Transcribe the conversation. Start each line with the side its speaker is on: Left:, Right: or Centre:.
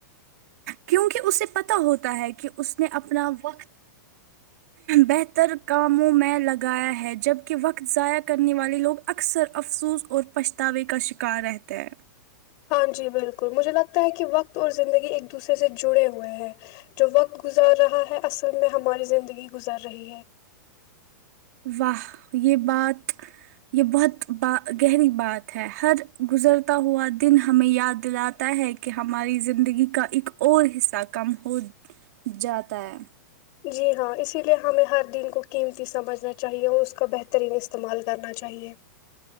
Right: کیونکہ اسے پتا ہوتا ہے کہ اس نے اپنا وقت بہتر کاموں میں لگایا ہے جبک وقت ضائع کرنے والے لوگ اکثر افسوس اور پچھتاوے کا شکار رہتے ہیں
Left: ہاں جی بالکل مجھے لگتا ہے کہ وقت اور زندگی ایک دوسرے سے جڑے ہوئے ہیں جو وقت گزار رہا ہے اصل میں ہماری زندگی گزر رہی ہے
Right: واہ یہ بات یہ بہت ب گہری بات ہے ہر گزرتا ہوا دن ہمیں یاد دلاتا ہے کہ ہماری زندگی کا ایک اور حصہ کم ہو جاتا ہے
Left: جی ہاں اسی لیے ہمیں ہر دن کو قیمتی سمجھنا چاہیے اور اس کا بہترین استعمال کرنا چاہیے